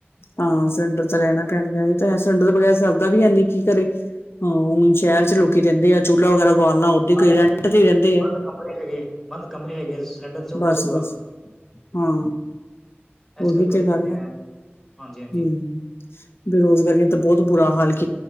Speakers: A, on the left (about 70°); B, in the centre.
A: ਹਾਂ ਸਲੰਡਰ ਤਾਂ ਲੈਣਾ ਪੈਣਾ, ਤੇ ਸਲੰਡਰ ਬਗੈਰ ਸਰਦਾ ਵੀ ਹੈਨੀ। ਕੀ ਕਰੇ? ਅਹ ਹੁਣ ਸ਼ਹਿਰ ਚ ਲੋਕੀ ਰਹਿੰਦੇ ਆ ਚੂਲ ਲਾ ਵਗੈਰਾ ਬਾਲਣਾ।
B: ਹੁਣ
A: ਉਹਦੇ
B: ਸਾਰਿਆਂ
A: ਕਈ ਰੇਂਟ
B: ਦੇ
A: ਤੇ ਹੀ ਰਹਿੰਦੇ ਏ।
B: ਬੰਦ ਕਮਰੇ ਹੈਗੇ ਬੰਦ ਕਮਰੇ ਹੈਗੇ ਸਿਲੰਡਰ ਚਊਗਾ
A: ਬਸ
B: ਚਊਗਾ
A: -ਬਸ, ਹਾਂ
B: ਇਸ
A: ਉਹੀ
B: ਕਰਕੇ
A: ਤੇ
B: ਤਾਂ
A: ਗੱਲ
B: ਕਹਿ ਰਹੇ
A: ਹੈ।
B: ਆ ਹਾਂਜੀ-ਹਾਂਜੀ।
A: ਹਮ, ਬੇਰੋਜ਼ਗਾਰੀ ਨੇ ਤੇ ਬਹੁਤ ਬੁਰਾ ਹਾਲ ਕੀ